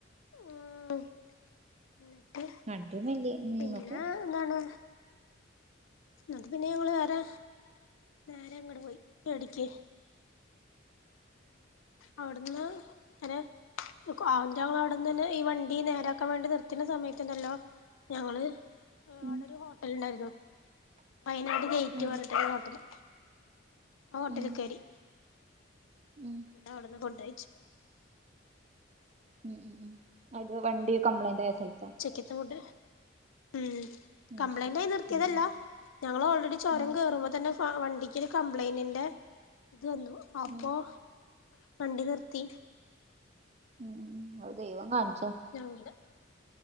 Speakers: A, on the left (about 85°); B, on the right (about 35°).
A: ഉം എന്നിട്ട്
B: വണ്ടി വല്യ
A: പിന്നെ
B: എന്നിട്ട്
A: എന്താണ് അത് പിന്നെ ഞങ്ങള് വേറെ നേരെ അങ്ങോട് പോയി ചേടിക്ക്
B: <inaudible>
A: അവിടുന്ന് ഒര് ആഹ് ഞങ്ങൾ അവിടന്ന് തന്നെ ഈ വണ്ടി നേരാക്കാൻ വേണ്ടി നിർത്തുന്ന സമയത്തണ്ടുല്ലോ ഞങ്ങള്
B: ഉം
A: അവിടെ ഒരു ഹോട്ടല് ഉണ്ടായിരുന്നു വയനാട് ജയിറ്റ്
B: ഉം
A: പറഞ്ഞിട്ടെരു ഹോട്ടല് ആഹ് ഹോട്ടലിൽ
B: ഉം
A: കയറി
B: ഉം
A: മറ്റ അവിടെന്ന് കൊണ്ടയച്ചു
B: ഉം ഉം അത് വണ്ടി കംപ്ലൈന്റ് ആയ സ്ഥലത്താ
A: ചെക്കത്തോണ്ട് ഉം
B: ഉം
A: കംപ്ലൈന്റ്
B: ശരി
A: ആയി നിർത്തിയതല്ല
B: ഉം ഉം
A: ഞങ്ങൾ ഓൾറെഡി ചൊരം
B: ഉം
A: കേറുമ്പോ തന്നെ ആഹ് വണ്ടിക്കൊരു കംപ്ലൈന്റ് ഇണ്ട് ഇത് വന്നു അപ്പൊ
B: ഉം
A: വണ്ടി നിർത്തി
B: ഉം ഉം അത് ദൈവങ്ങളാണ്
A: ഞാൻ ഉണ്ട്